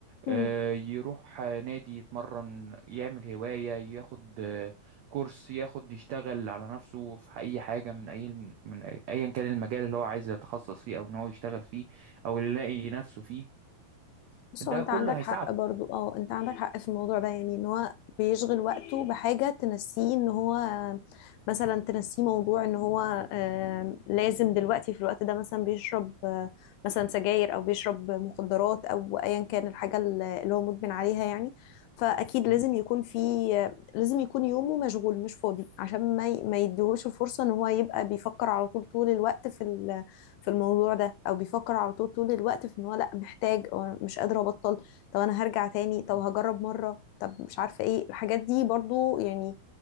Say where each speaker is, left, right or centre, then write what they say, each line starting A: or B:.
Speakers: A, on the left; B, on the right.
A: مم.
B: آه، يروح آه، نادي يتمرن يعمل هواية ياخد آه، كورس ياخد يشتغل على نفسه في أي حاجة من أي من أي- أيا كان المجال اللي هو عايز يتخصص فيه أو إن هو يشتغل فيه أو اللي يلاقي نفسه فيه
A: بس
B: ده
A: هو انت
B: كله
A: عندك حق
B: هيساعده
A: برضو اه انت عندك حق في الموضوع ده يعني ان هو بيشغل وقته بحاجة تنسيه ان هو مثلا تنسيه موضوع ان هو آم، لازم دلوقتي في الوقت ده مثلا بيشرب آه، مثلا سجاير او بيشرب مخدرات او ايا كان الحاجة اللي اللي هو مدمن عليها يعني فاكيد
B: م-
A: لازم يكون في آه، لازم يكون يومه مشغول مش فاضي عشان ما ي- ما يديهوش الفرصة ان هو يبقى بيفكر على طول طول الوقت في ال في الموضوع ده او بيفكر على طول طول الوقت في ان هو لا محتاج او مش قادر ابطل طب انا هرجع تاني طب
B: م-
A: هجرب مرة طب مش عارفة ايه الحاجات دي برضو يعني